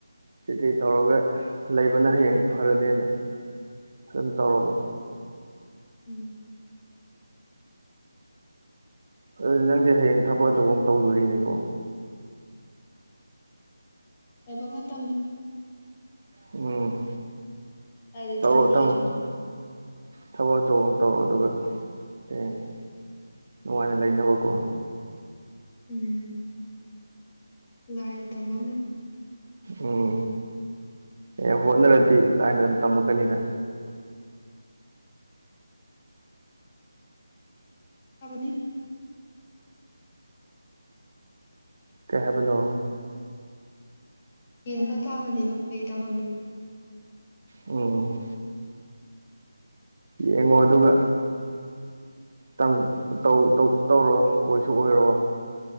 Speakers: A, on the right (about 50°); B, on the left (about 25°).
A: ꯀꯩꯀꯩ ꯇꯧꯔꯒ ꯂꯩꯕꯅ ꯍꯌꯦꯡ ꯐꯔꯅꯦꯅ ꯑꯗꯨꯝ ꯇꯧꯔꯕ
B: ꯎꯝ
A: ꯑꯗꯨꯗꯤ ꯅꯪꯗꯤ ꯍꯌꯦꯡ ꯊꯕꯛ ꯑꯆꯧꯕ ꯑꯃ ꯇꯧꯗꯣꯔꯤꯅꯦꯀꯣ
B: ꯂꯥꯏꯕꯛꯅ ꯇꯝ
A: ꯎꯝ
B: ꯀꯗꯥꯏꯗꯤ
A: ꯇꯧꯔꯣ
B: ꯊꯕꯛ
A: ꯇꯧꯔꯣ
B: ꯂꯩ
A: ꯊꯕꯛ ꯑꯆꯧꯕ ꯑꯃ ꯇꯧꯔ ꯑꯗꯨꯒ ꯍꯌꯦꯡ ꯅꯨꯡꯉꯥꯏꯅ ꯂꯩꯅꯕꯀꯣ
B: ꯎꯝ ꯅꯨꯡꯉꯥꯏꯅ ꯊꯝꯕ
A: ꯎꯝ ꯑꯦ ꯍꯣꯠꯅꯔꯗꯤ ꯂꯥꯏꯅ ꯑꯗꯨꯝ ꯇꯝꯃꯛꯀꯅꯤꯗ
B: ꯇꯕꯅꯤ
A: ꯀꯩ ꯍꯥꯏꯕꯅꯣ
B: ꯌꯦꯡꯕ ꯇꯥꯕꯅꯦꯕ ꯀꯩ ꯇꯝꯃꯝꯃꯤꯅꯣ
A: ꯎꯝ ꯌꯦꯡꯉꯣ ꯑꯗꯨꯒ ꯇꯝ ꯇꯧ ꯇꯧꯁꯨ ꯇꯧꯔꯣ ꯑꯣꯏꯁꯨ ꯑꯣꯏꯔꯣ